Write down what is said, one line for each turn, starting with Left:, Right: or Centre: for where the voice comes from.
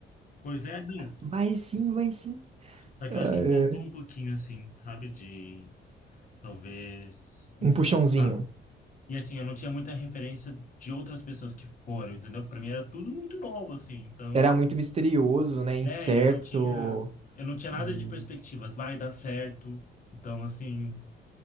Left: Pois é, não.
Right: vai sim, vai sim.
Left: Só que
Right: Ai,
Left: eu acho que faltou
Right: ai.
Left: um pouquinho assim, sabe, de talvez incentivar.
Right: Um puxãozinho.
Left: E assim, eu não tinha muita referência de outras pessoas que foram, entendeu? Pra mim era tudo muito novo assim, então
Right: Era muito misterioso, né? Incerto.
Left: É, e eu não tinha, eu não tinha nada
Right: Hum.
Left: de perspectivas, vai dar certo. Então, assim,